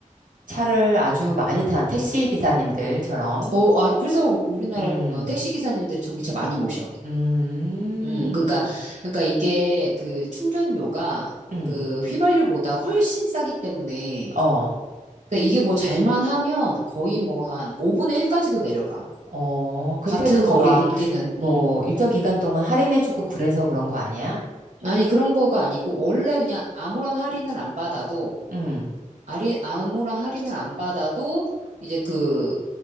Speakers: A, on the right; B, on the right.
A: 차를 아주 많이 탄 택시 기사님들처럼,
B: 어, 아, 그래서 우- 우리나라에
A: 음,
B: 보면 택시 기사님들이 전기차 많이 모셔.
A: 음,
B: 음, 그러니까, 그러니까 이게 그 충전료가
A: 음,
B: 그 휘발유보다 훨씬 싸기 때문에,
A: 어,
B: 그러니까 이게 뭐 잘만 하면 거의 뭐 한 5분의 1까지도 내려가.
A: 어. 근데
B: 같은
A: 그거
B: 거리를
A: 막,
B: 뛰는,
A: 뭐,
B: 음.
A: 일정 기간 동안 할인해주고 그래서 그런 거 아니야?
B: 아니, 그런 거가 아니고, 원래 그냥 아무런 할인을 안 받아도
A: 음,
B: 할인, 암호랑 할인을 안 받아도 이제 그,